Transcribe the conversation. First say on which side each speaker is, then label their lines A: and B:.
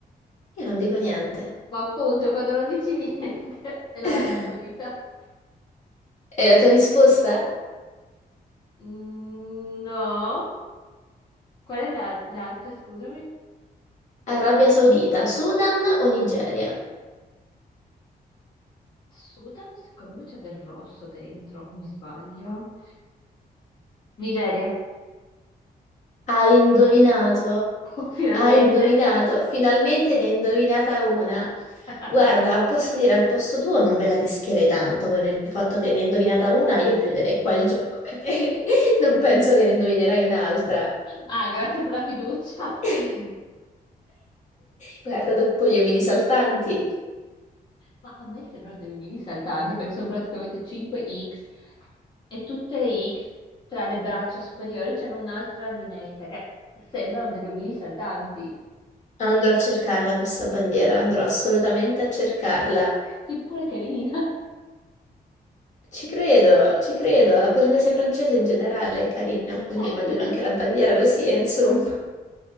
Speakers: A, on the left; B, on the left.
A: Io non dico niente.
B: Ma appunto, quando non dici niente, <laughs> è l'Arabia
A: <laughs>
B: Saudita.
A: E la tua risposta?
B: Mm, no. Qual è la, le altre, scusami?
A: Arabia Saudita, Sudan o Nigeria?
B: Sudan, secondo me c'è del rosso dentro, o mi sbaglio? Nigeria.
A: Hai indovinato?
B: Oh, finalmente.
A: Hai indovinato? Finalmente ne hai indovinata una.
B: <laughs>
A: Guarda, posso dire al posto tuo non me la rischierei tanto con il fatto che ne hai indovinata una, io chiuderei qua il gioco perché <laughs> non penso che ne indovinerai un'altra.
B: Ah, grazie per la fiducia.
A: <laughs> Guarda, dopo gli omini saltanti
B: Ma a me sembrano delle mini saltanti perché sono praticamente 5 X e tutte le X tra le braccia superiori c'hanno un'altra lineetta che sembrano degli omini saltanti,
A: andrò a cercarla questa bandiera, andrò assolutamente a cercarla.
B: che pure carina.
A: Ci credo, ci credo. La Polinesia francese in generale è carina, quindi
B: <laughs>
A: immagino anche la bandiera lo sia, insomma.